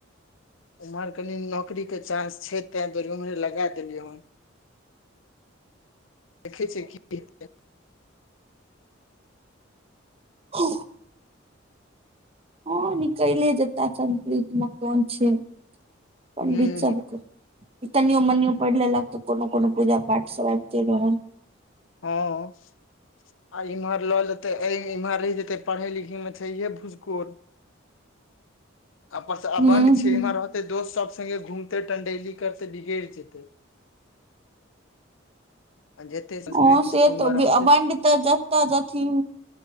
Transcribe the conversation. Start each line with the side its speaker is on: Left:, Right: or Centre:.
Left: उम्हर कनि नौकरी के चानस छै ते दुर उमहरे लगा देलियै हन देखै छियै कि हेतै
Right: ह। ह निकल ले जता संस्कृत मे कोन छै
Left: हूँ
Right: पण्डित च तनिए मनिए पढ़ि लेलक तऽ कोनो कोनो पूजा पाठ सब आबिते रहल
Left: हँ आ इम्हर लऽ लेते इम्हर रहि जेते पढ़े लिखे में छैये भुस्कोल आ परस अबंड
Right: हूं
Left: छै
Right: हूं
Left: इम्हर होतै दोस्त सब सगे घुमते टंडेली करते बिगड़ जेते <inaudible> जेतै संस्कृति
Right: हँ से
Left: स्कूलमे
Right: तऽ
Left: रहतै
Right: अबंड तऽ जतऽ जथिन